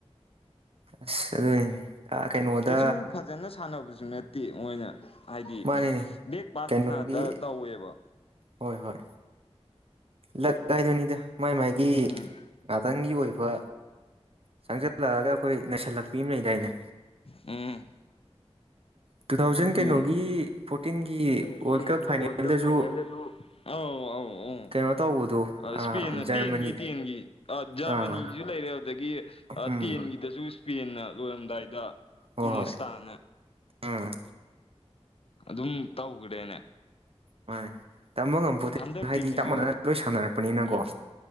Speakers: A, on the right; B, on the left.
A: ꯑꯁ ꯑꯗꯨꯅꯤꯅꯦ ꯑꯥ ꯀꯩꯅꯣꯗ
B: ꯀꯩꯁꯨ ꯐꯖꯅ ꯁꯥꯟꯅꯕꯁꯨ ꯅꯠꯇꯦ ꯃꯣꯏꯅ ꯍꯥꯏꯗꯤ
A: ꯃꯥꯅꯤꯅꯦ
B: ꯕꯦꯛ ꯄꯥꯁ
A: ꯀꯩꯅꯣꯒꯤ
B: ꯉꯇꯥ ꯇꯧꯋꯦꯕ
A: ꯍꯣꯏ ꯍꯣꯏ ꯂꯛꯇ ꯍꯥꯏꯗꯨꯅꯤꯗ ꯃꯥꯏ ꯃꯥꯏꯒꯤ
B: ꯎꯝ
A: ꯉꯥꯇꯪꯒꯤ ꯑꯣꯏꯕ ꯆꯪꯖꯜꯂꯛꯑꯒ ꯑꯩꯈꯣꯏ ꯅꯩꯁꯜꯂꯛꯄꯤ ꯑꯃ ꯂꯩꯗꯥꯏꯅꯦ
B: ꯎꯝ
A: ꯇꯨ ꯊꯥꯎꯖꯟ
B: ꯑꯗꯨꯅ
A: ꯀꯩꯅꯣꯒꯤ ꯐꯣꯔꯇꯤꯟꯒꯤ
B: ꯆꯤꯡꯒꯤ
A: ꯋꯥꯔꯜ ꯀꯞ ꯐꯥꯏꯅꯦꯜꯗꯁꯨ
B: ꯋꯥꯔꯜ ꯀꯞ ꯐꯥꯏꯅꯦꯜꯗꯁꯨ ꯑꯧ ꯑꯧ ꯎꯝ
A: ꯀꯩꯅꯣ ꯇꯧꯕꯗꯣ
B: ꯏꯁꯄꯦꯟꯅ
A: ꯑꯥ ꯖꯔꯃꯅꯤ
B: ꯇꯦꯟꯒꯤ ꯇꯦꯟꯒꯤ ꯑ ꯖꯔꯃꯅꯤꯒꯤꯖꯨ
A: ꯑꯥ
B: ꯂꯩꯔꯦ ꯑꯗꯨꯗꯒꯤ ꯑ
A: ꯎꯝ
B: ꯇꯦꯟꯒꯤꯗꯁꯨ ꯏꯁꯄꯦꯟꯅ ꯂꯣꯏꯔꯝꯗꯥꯏꯗ
A: ꯍꯣ
B: ꯏꯅꯦꯁꯇꯥꯅ
A: ꯍꯣꯏ ꯎꯝ
B: ꯑꯗꯨꯝ ꯇꯧꯒꯔ꯭ꯦꯅꯦ
A: ꯃꯥꯅꯦ ꯇꯝꯕ ꯉꯝꯄꯣꯠꯇꯦ
B: ꯍꯟꯗꯛꯀꯤꯁꯤꯁꯨ
A: ꯍꯥꯏꯗꯤ ꯆꯞ ꯃꯥꯟꯅꯅ ꯂꯣꯏ ꯁꯥꯟꯅꯔꯛꯄꯅꯤꯅꯀꯣ
B: ꯎꯝ